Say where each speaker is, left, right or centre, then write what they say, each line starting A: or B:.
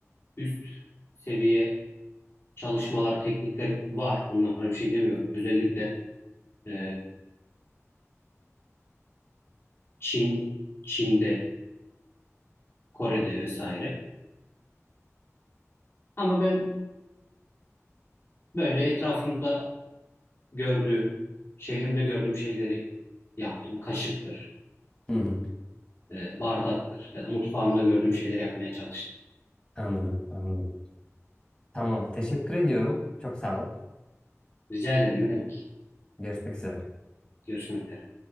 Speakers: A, on the left; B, on the left.
A: üst seviye çalışmalar, teknikler var. Bunlara bir şey demiyorum. Özellikle e, Çin, Çin'de, Kore'de vesaire. Ama ben böyle etrafımda gördüğüm, şehrimde gördüğüm şeyleri yaptım. Kaşıktır,
B: Hı hı,
A: e, bardaktır ya da mutfağımda gördüğüm şeyleri yapmaya çalıştım.
B: anladım anladım. Tamam teşekkür ediyorum. Çok sağ ol.
A: Rica ederim ne demek.
B: Görüşmek üzere.
A: Görüşmek üzere.